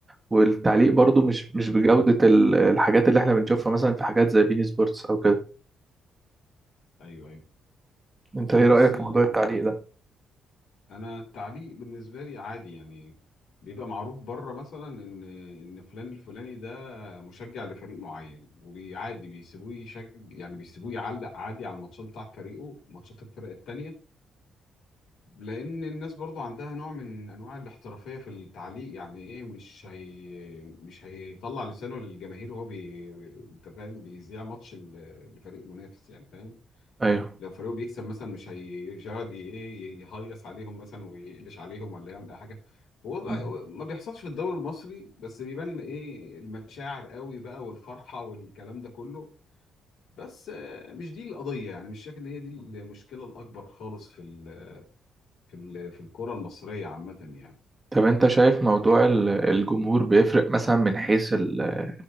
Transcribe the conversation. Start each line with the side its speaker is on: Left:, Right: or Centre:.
Right: والتعليق برضو مش مش بجودة
Left: امم
Right: ال- الحاجات اللي احنا بنشوفها مثلا في حاجات زي بين سبورتس او كده
Left: ايوه ايوه
Right: انت
Left: هو
Right: ايه رأيك
Left: بص ال...
Right: في موضوع التعليق ده؟
Left: انا التعليق بالنسبه لي عادي يعني بيبقى معروف بره مثلا ان ان فلان الفلاني ده مشجع لفريق معين وعادي بيسيبوه يشج يعني بيسيبوه يعلق عادي على الماتشات بتاعت فريقه ماتشات الفرق التانية لان الناس برضو عندها نوع من انواع الاحترافيه في التعليق يعني ايه مش هي مش هيطلع لسانه للجماهير وهو بي انت فاهم بيذيع ماتش ال- لفريق منافس يعني فاهم
Right: ايوه
Left: لو فريقه بيكسب مثلا مش هيقعد ي- ايه يهيص عليهم مثلا ويقلش عليهم ولا يعمل اي حاجه هو بقى-
Right: مم.
Left: هو ما بيحصلش في الدوري المصري بس بيبان ايه المشاعر قوي بقى والفرحه والكلام ده كله بس آه، مش دي القضيه يعني مش شايف ان هي دي المشكله الاكبر خالص في ال في ال في الكره المصريه عامه يعني
Right: طب انت شايف موضوع ال- الجمهور بيفرق مثلا من حيث ال